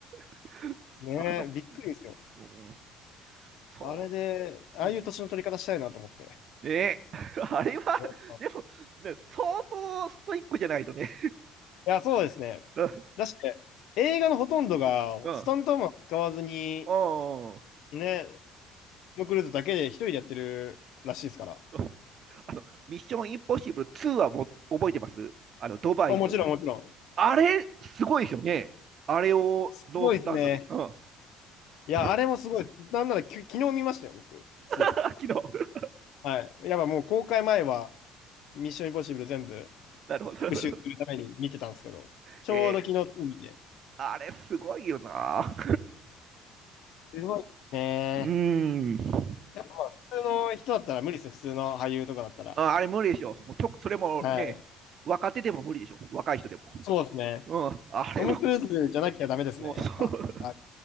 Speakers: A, on the right; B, on the left.
A: <laughs>
B: ねえ、
A: あの、
B: びっくりですよ。
A: うん、そ
B: あれで、ああいう年の取り方したいなと思って。
A: う。うん、ねえ <laughs> あれは、
B: うん
A: でも、ね、相当ストイックじゃないとね。
B: いや、そうですね。
A: <laughs> うん、
B: だして、映画のほとんどが、
A: うん、
B: スタントマン使わずに、
A: うん、うん。
B: ね、トム・クルーズだけで一人でやってるらしいですから。
A: うんあの、ミッションインポッシブル2はも覚えてますあの、ドバイの。
B: あ、もちろん、もちろん。
A: あれ、すごいですよね。あれをノースタントで。
B: すごいですね。
A: うん。
B: いや、
A: <laughs>
B: あれもすごい。なんなら、き、昨日見ましたよ、僕、2。
A: 昨日。
B: はい。やっぱもう公開前は、ミッション・インポッシブル全部
A: <laughs> なるほど、
B: 復習するために見てたんですけど、
A: <laughs> なるほど。
B: ちょうど昨日2見て。
A: えー、あれ、すごいよな。<laughs>
B: すごいね。
A: うーん。
B: やっぱ普通の人だったら無理ですね、普通の俳優とかだったら。
A: ああれ、無理でしょ。もうとそれもね、
B: はい。
A: 若手でも無理でしょ。若い人でも。
B: そうですね。
A: うん。あれは、
B: トム・クルーズじゃなきゃダメですね、
A: もう、
B: やっぱ。
A: そう。
B: あ、